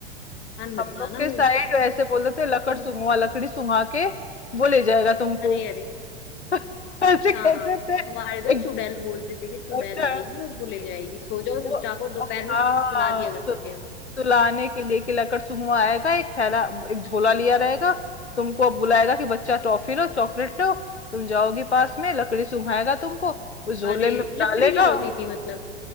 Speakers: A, on the left; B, on the left.
A: कान बच
B: हम
A: जाना
B: लोग के
A: हुई
B: साइड ऐसे बोलते थे लकड़ सुंघवा लकड़ी सुंघा के वो ले जाएगा तुमको
A: अरे अरे
B: <laughs>
A: अच्छा
B: ऐसे कहते थे
A: हमारे इधर
B: एक
A: चुड़ैल बोलते थे कि चुड़ैल
B: अच्छा
A: आएगी और वो ले जाएगी सो जाओ
B: वो
A: चुपचाप और दोपहर में
B: हाँ
A: सु- सुला दिया करते थे हमें
B: सुलाने के लिए कि लकड़ सुगमा आएगा एक थैला एक झोला लिया रहेगा तुमको अब बुलाएगा कि बच्चा टॉफी लो चॉकलेट लो तुम जाओगी पास में लकड़ी सुंघाएगा तुमको उस झोले
A: अरे
B: में
A: लकड़ी
B: डालेगा
A: क्या होती थी मतलब